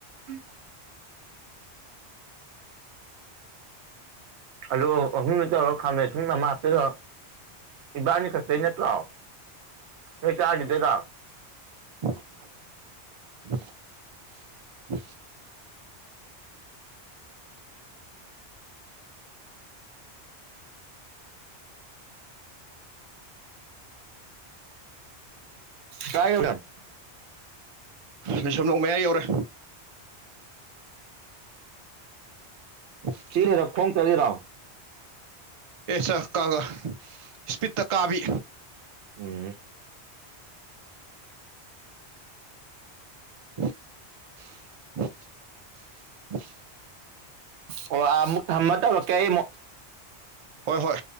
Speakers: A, on the right; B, on the right.
A: ꯎꯝ ꯑꯂꯨ ꯑꯍꯨꯝꯗꯨ ꯇꯧꯔꯣ ꯈꯥꯃꯦꯟ ꯑꯁꯤꯟꯕꯥ ꯑꯃ ꯍꯥꯞꯆꯤꯜꯂꯣ ꯏꯕꯥꯅꯤ ꯈꯛꯇꯩ ꯅꯠꯇ꯭ꯔꯣ ꯅꯣꯏ ꯆꯥꯈꯤꯗꯣꯏꯔꯣ?
B: <inaudible>
A: ꯀꯥꯏ <unintelligible>
B: ꯂꯩꯁꯨꯝ ꯅꯣꯡ ꯃꯌꯥꯏ ꯌꯧꯔꯦ <inaudible>
A: ꯆꯦꯜꯂꯤꯔꯣ ꯈꯣꯡ ꯆꯥꯠꯂꯤꯔꯣ?
B: ꯑꯦꯁꯥꯀꯥꯒ ꯁ꯭ꯄꯤꯠꯇ ꯀꯥꯕꯤ
A: ꯎꯝ
B: <inaudible>
A: ꯑꯣ ꯑꯥꯃꯨꯛ ꯊꯝꯃꯥ ꯇꯧꯔꯛꯀꯦ ꯑꯩ ꯑꯃꯨꯛ
B: ꯍꯣꯏ ꯍꯣꯏ